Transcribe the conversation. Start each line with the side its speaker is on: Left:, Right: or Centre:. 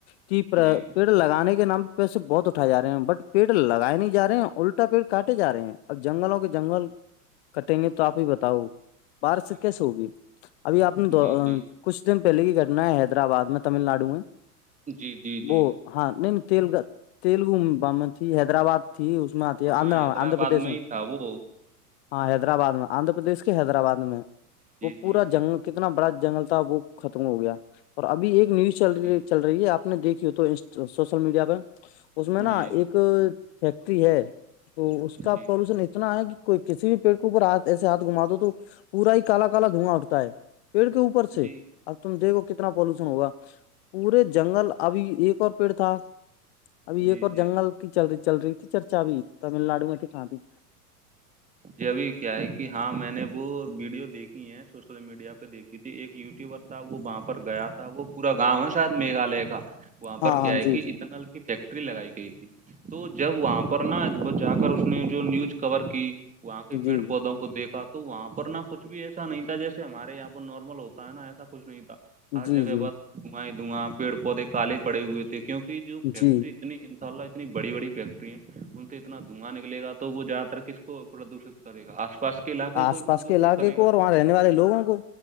Left: کہ پر پ
Right: جی
Left: پیڑ لگانے کے نام پیسے بہت اٹھائے جا رہے ہیں بٹ پیڑ لگائے نہیں جا رہے ہیں الٹا پیڑ کاٹے جا رہے ہیں اب جنگلوں کے جنگل کٹیں گے تو آپ ہی بتاؤ بار سے کیسے ہوگی ابھی آپ نے
Right: جی جی
Left: کچھ دن پہلے ہی کرنا ہے حیدرآباد میں تمل ناڈو میں
Right: جی جی جی
Left: وہ ہاں نہیں نہیں تیلگ تیلگو ب حیدرآباد تھی اس میں آتی
Right: ہاں
Left: آندھرا
Right: حیدرآباد
Left: آندھرا پردیش میں
Right: ہی تھا وہ
Left: ہاں حیدرآباد میں آندھرا پردیش کے حیدرآباد میں
Right: جی
Left: وہ
Right: جی
Left: پورا
Right: جی
Left: جنگل کتنا بڑا جنگل تھا وہ ختم ہو گیا اور ابھی ایک نیوز چل
Right: جی
Left: رہ چل رہی ہے آپ نے دیکھی ہو تو سوشل میڈیا پہ اس میں نا
Right: جی
Left: ایک
Right: جی
Left: فیکٹری ہے تو اس کا
Right: جی
Left: سولوشن اتنا ہے کہ کوئی کسی بھی پیڑ کے اوپر ہاتھ ایسے ہاتھ گھما دو تو پورا ہی کال کال دھواں اٹتا ہے پیڑ کے اوپر پر سے
Right: جی
Left: اب تم دیکھو کہ کتنا پالوشن ہوگا پورے جنگل ابھی ایک اور پیڑ تھا ابھی
Right: جی
Left: ایک اور
Right: جی
Left: جنگل کی چل رہی چل رہی تھی چرچا ابھی تمل ناڈو میں ت کہاںتی تھی
Right: جی ابھی کیا ہے کہ ہاں میں نے وہ ویڈیو دیکھی ہے سوشل میڈیا پہ دیکھی کیہ ایک یوٹیوبر تھا وہ وہاں پر گیا تھا وہ پورا گاؤں ہے شاید میگھالیہ کا وہاں
Left: ہاں
Right: پر کیا
Left: ہاں
Right: ہے
Left: جی
Right: کہ
Left: جی
Right: اتناک فیکٹری لگائی گئی تھی تو جب وہاں پر نا تو جا کر اس نے جو نیوج کور کی وہاں کے
Left: جی
Right: پیڑ پودوں کو دیکھا تو وہاں پر نا کچھ بھی ایسا نہیں تھا جیسے ہمارے یہاں پر نارمل ہوتا ہے نا ایسا کچھ نہیں تھا ہر
Left: جی
Right: جگہ
Left: جی
Right: بس دھواںیں ہی دھواں پیڑ پودے کالے پڑے ہوئے تھے کیونکہ جو فیکٹری
Left: جی
Right: اتنی ان شاء اللہ اتنی بڑی بڑی فیکٹری ہیں ان سے اتنا دھواںا نکل گا تو وہ زیادہ تر کس کو پردوشت کرے گا آس پاس کے علاقے کو
Left: آس
Right: ہی
Left: پاس
Right: پردوشت
Left: کے علاقے
Right: کرے
Left: کو
Right: گا
Left: اور وہاں رہنے والے لوگوں کو